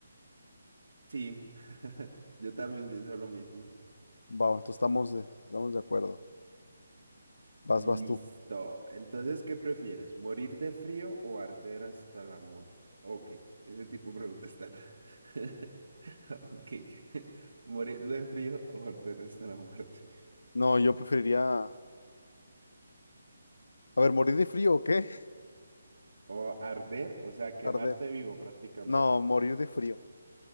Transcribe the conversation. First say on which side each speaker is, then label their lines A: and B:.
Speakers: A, on the right (about 85°); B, on the left (about 85°).
A: Sí, <laughs> yo también pienso lo mismo.
B: Va, entonces estamos de, estamos de acuerdo. Vas,
A: Listo.
B: vas tú.
A: Entonces, ¿qué prefieres? ¿Morir de frío o arder hasta la muerte? Ok, ese tipo de preguntas están. <laughs> Ok. <laughs> ¿Morir de frío o arder hasta la muerte?
B: No, yo preferiría, a ver, morir de frío o qué?
A: O arder, o
B: <laughs>
A: sea, quemarte
B: Arder.
A: vivo prácticamente.
B: No, morir de frío.